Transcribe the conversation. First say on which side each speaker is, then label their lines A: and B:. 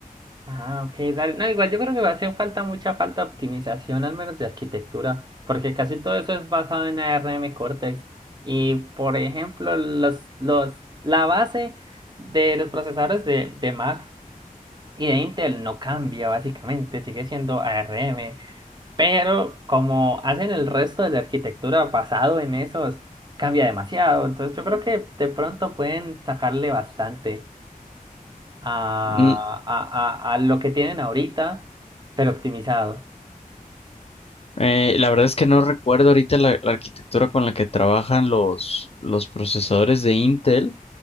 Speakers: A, on the right; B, on the left.
A: Ah, ok, dale. No, igual yo creo que va a hacer falta mucha falta de optimización, al menos de arquitectura, porque casi todo eso es basado en ARM Cortex. Y por ejemplo, los, los, la base de los procesadores de, de Mac y de Intel no cambia básicamente, sigue siendo ARM. Pero como hacen el resto de la arquitectura basado en esos, cambia demasiado. Entonces yo creo que de pronto pueden sacarle bastante a,
B: Mm,
A: a, a, a lo que tienen ahorita, pero optimizado.
B: eh, la verdad es que no recuerdo ahorita la, la arquitectura con la que trabajan los, los procesadores de Intel,